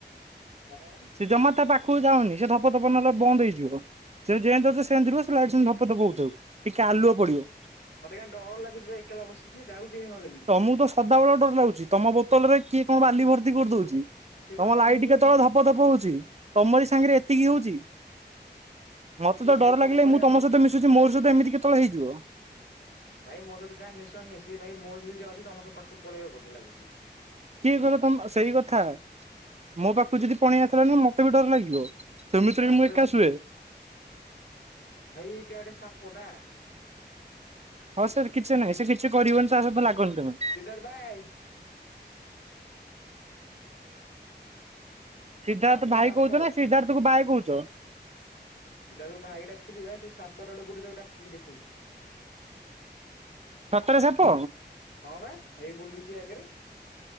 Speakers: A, on the left; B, on the right.
A: ହଁ।
B: ସେ ଜମା ତା ପାଖକୁ ଯାଉନି ସେ ଧପ ଧପ ନହେଲେ ବନ୍ଦ ହେଇ <unintelligible> ସେ ଯେମତି ଅଛି ସେମିତିି ରୁହ ସେ ଲାଇଟ୍ ସେମିତି ହେଉଥାଉ, ଟିକେ ଆଲୁଅ ପଡିବ।
A: ମତେ କାଇଁ ଡର ଲାଗୁଛି ଏକଲା ବସିକି ଜାଉଛିି ନହେଲେ ମୁଁ
B: ତମକୁ ତ ସଦାବେଳେ ଡର ଲାଗୁଛି ତମ ବୋତ ରେ କିଏ କଣ ବାଲି ଭର୍ତ୍ତି କରିଦଉ
A: ସେ ବା
B: ତମ
A: ମନକୁ
B: ଲାଇଟ କେତେ
A: ହେଇଛି।
B: ବେଳେ ଧପ, ଧପ ହଉ ତମରି ସାଙ୍ଗରେ ଏତିକି ହଉଛି ମତେ
A: ସିଏ
B: ତ
A: ଭାଇ
B: ଡର
A: କଣ
B: ଲାଗିଲେ
A: କରିବା
B: ମୁଁ ତମ
A: ମୋ
B: ସହିତ ମିଶୁଛି ମୋ ମୋ ସହିତ ଏମିତି କେତେ ବେଳେ ହେଇଯିବ।
A: ଭାଇ ମୋ ସହିତ ଯାହା ମିଶନି ସଏ ଭାଇ ମୋ ସହିତ ଯିଏ ଅଛି ତମ ସ ପାଖକୁ ପଳେଇବା ବୋ ଲାଗୁଛି।
B: କିଏ କହିଲ ତମ ସେଇ କଥା ମୋ ପାଖକୁ ଯଦି ପଲେଇ ଆସଥିଲା ନା ମତେ ବି ଡର ଲାଗିବ। ସେମିତିରେ
A: ରାତିରେ
B: ବି ମୁଁ ଏକା
A: ସୋ
B: ଶୁଏ।
A: ଭାଇ ଏ ଦିଆଡେ ସାପ ଟା।
B: ହଁ, ସାର୍ କିଛି ନାହିଁ ସେ କିଛି କରିବନି ସବୁ ଲାଗନି ତମେ
A: ସିଦ୍ଧାର୍ଥ ଭାଇ। ସାପ
B: ସିଦ୍ଧାର୍ଥ ଭାଇ
A: ସାପ
B: କହୁଛ ନା ସିଦ୍ଧାର୍ଥ କ ବାଏ କହୁଛ?
A: ସେ ତାକୁ ଭାଇ ଡାକୁୁଥିଲି ବା ସେ ସାପ ଟାକୁ ତାକୁ ଡାକିକି ଦେଖଉଛି।
B: ସତରେ ସାପ?
A: ହଁ ବା ଏଇ ବୁଲୁଛିି ଆଗରେ।